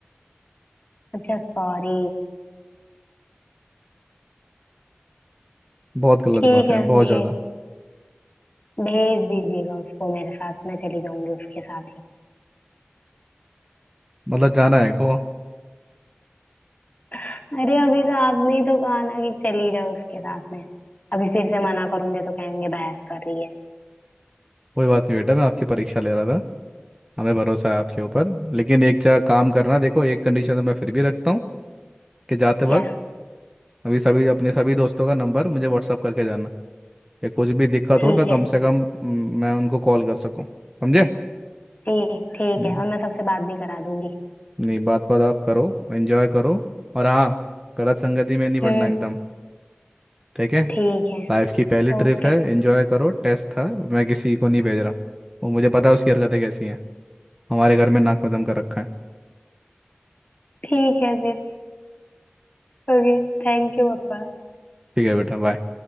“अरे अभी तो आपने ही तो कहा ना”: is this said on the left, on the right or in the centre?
Left